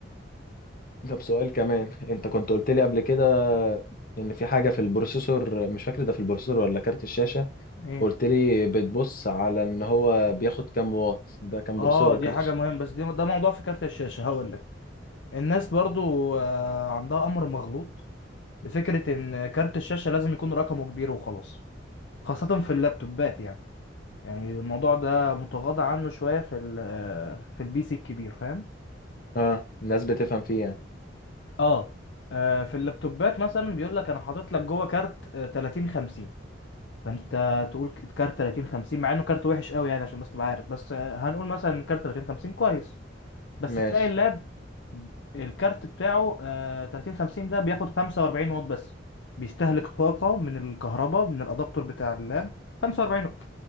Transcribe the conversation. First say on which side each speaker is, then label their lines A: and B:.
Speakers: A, on the left (about 50°); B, on the left (about 70°).
A: ده بسؤال كمان انت كنت قلت لي قبل كده ان في حاجه في البروسيسور مش فاكر ده في البروسيسور ولا كارت الشاشه
B: ايه
A: قلت لي بتبص على ان هو بياخد كام واط ده كان
B: اه
A: بروسيسور ولا
B: دي
A: كارت
B: حاجة مهمة بس دي ده موضوع في كارت الشاشة هقول لك الناس برضو آه عندها امر مغلوط بفكرة إن كارت الشاشة لازم يكون رقمه كبير وخلاص خاصة في اللابتوبات يعني يعني الموضوع ده متغاضى عنه شوية في ال في البي سي الكبير فاهم
A: اه الناس بتفهم فيه يعني
B: اه آه، في اللابتوبات مثلا بيقول لك أنا حاطط لك جوه كارت آه، 30 50 فأنت تقول ك- كارت 30 50 مع إنه كارت وحش قوي يعني عشان بس تبقى عارف بس آه، هنقول مثلا كارت 30 50 كويس بس
A: ماشي
B: تلاقي اللاب الكارت بتاعه آه 30 50 ده بياخد 45 واط بس بيستهلك طاقة من الكهرباء من الادابتور بتاع اللاب 45 واط